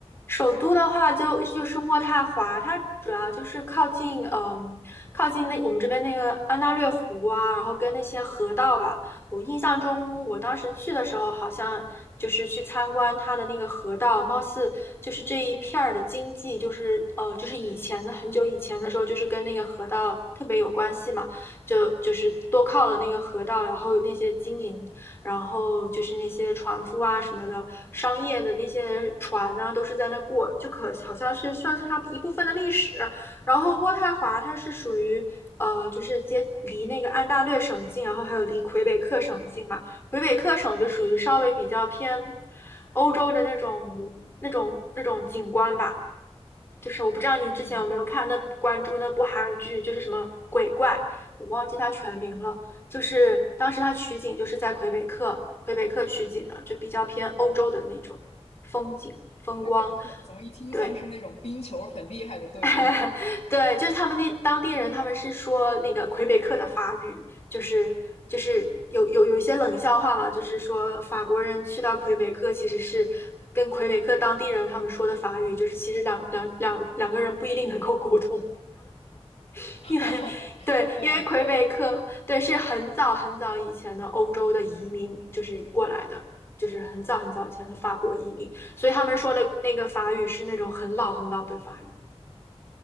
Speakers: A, on the left; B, on the left.
A: 首都的话就就是渥太华，它主要就是靠近，嗯，靠近那我们这边那个安大略湖啊，然后跟那些河道吧。我印象中，我当时去的时候，好像就是去参观它的那个河道，貌似就是这一片儿的经济，就是呃，就是以前的很久以前的时候，就是跟那个河道特别有关系嘛，就就是多靠了那个河道，然后那些经营。然后就是那些船夫啊什么的，商业的那些船呢、啊都是在那过，就可好像是算是它一部分的历史。然后渥太华它是属于。呃，就是接离那个安大略省近，然后还有离魁北克省近嘛。魁北克省就属于稍微比较偏欧洲的那种那种那种景观吧。就是我不知道你之前有没有看那关注那部韩剧，
B: 嗯，
A: 就是什么鬼怪，我忘记它全名了。就是当时它取景就是在魁北克，魁北克取景的，就比较偏欧洲的那种风景风光。
B: 魁北克怎么一听像是那种冰球很厉害的队伍？
A: 对。<laughs> 对，就是他们那当地人，他们是说那个魁北克的法语，就是就是有有有一些冷笑话嘛，就是说法国人去到魁北克其实是跟魁北克当地人他们说的法语，就是其实两两两两个人不一定能够沟通，<laughs>
B: <laughs>
A: 因为对，
B: 哦，
A: 因为魁北克对是很早很早以前的欧洲的移民就是过来的，
B: 对，
A: 就是很早很早以前的法国移民，所以他们说的那个法语是那种很老很老的法语，